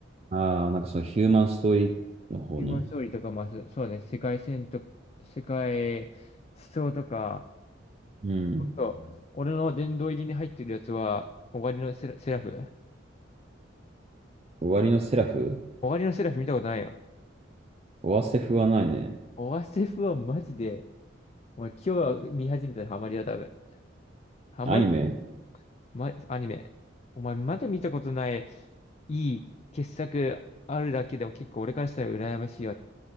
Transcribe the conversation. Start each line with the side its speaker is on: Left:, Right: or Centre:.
Right: ああ、なんかそのヒューマンストーリーの方ね。
Left: ヒューマンストーリーとか、まあ、そそうね、世界線と、世界思想とか、
Right: うん。
Left: そう。俺の殿堂入りに入ってるやつは、終わりのセラ、セラフ。
Right: 終わりのセラフ
Left: 終わりのセラフ見たことないよ。
Right: オアセフはないね。
Left: オワセフはマジで、お前今日は見始めたらハマりだ、多分。ハマるとこ、
Right: アニメ
Left: ま、アニメ。お前まだ見たことない、いい傑作あるだけでも結構俺からしたら羨ましいわっ